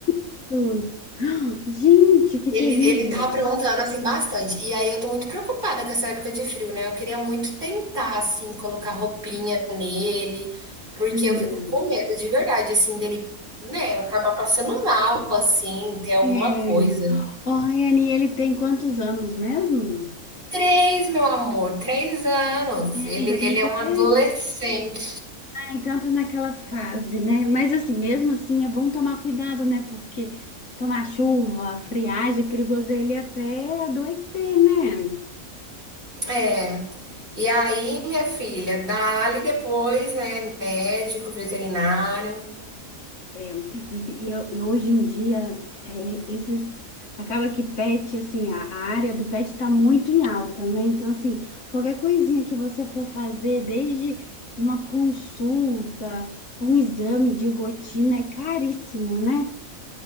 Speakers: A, on the left (about 60°); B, on the right (about 40°).
A: isso? <gasps> Gente, que
B: Ele,
A: terrível!
B: ele tá aprontando, assim, bastante. E aí eu tô muito preocupada com essa época de frio, né? Eu queria muito tentar, assim, colocar roupinha nele, porque
A: É,
B: eu fico com medo de verdade, assim, dele, né, acabar passando mal, assim, ter alguma
A: é.
B: coisa.
A: Ô, Ayane, ele tem quantos anos mesmo?
B: Três, meu amor, três anos.
A: É, ainda
B: Ele,
A: bem
B: ele
A: que
B: é um adolescente.
A: ele é Então tá naquela fase, né? Mas assim, mesmo assim, é bom tomar cuidado, né? Porque tomar chuva, friagem, é perigoso ele até adoecer, né?
B: É. E aí, minha filha, dá-lhe depois, né, médico, veterinário.
A: É, e, e eu- e hoje em dia, é, esses... Acaba que pet, assim, a a área do pet está muito em alta, né? Então, assim, qualquer coisinha que você for fazer, desde uma consulta, um exame de rotina, é caríssimo, né?